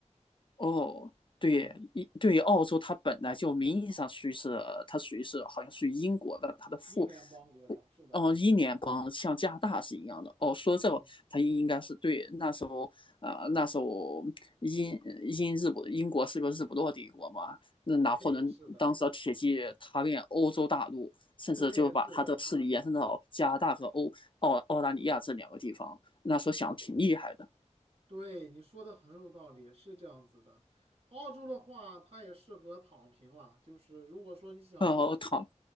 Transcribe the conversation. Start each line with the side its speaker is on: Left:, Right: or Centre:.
Left: 哦。对，
Right: 嗯，
Left: 一对于澳洲，它本来就名义上属于是，它属于是好像属于英国的，它的附
Right: 英联邦国家是的，
Left: 哦，英联邦像加拿大是一样的。哦，说这个他应该是对那时候，
Right: 对 <laughs>
Left: 呃，那时候英英日不英国是个日不落帝国嘛，那拿破仑当时的铁骑踏遍欧洲大陆，
Right: 对，是的，
Left: 甚至就把他的势力延伸到加拿大和欧澳澳大利亚这两个地方，
Right: 对，是的，是的，
Left: 那时候想挺厉害的。
Right: 对，你说的很有道理，是这样子的。澳洲的话，它也适合躺平了，就是如果说你想追求
Left: 哦，他，